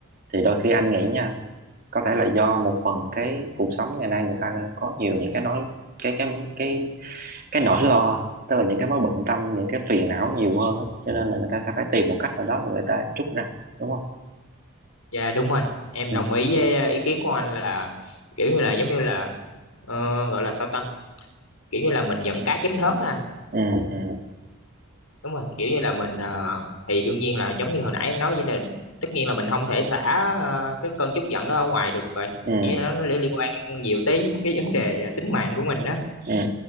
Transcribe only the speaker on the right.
thì đôi khi anh nghĩ nha có thể là do một phần cái cuộc sống ngày nay người ta có nhiều những cái nói cái cái cái cái nỗi lo tức là những cái mối bận tâm những cái phiền não nhiều hơn á cho nên là người ta sẽ phải tìm một cách nào đó mà người ta trút ra đúng không
ừ
ừ ừ
ừ
ừ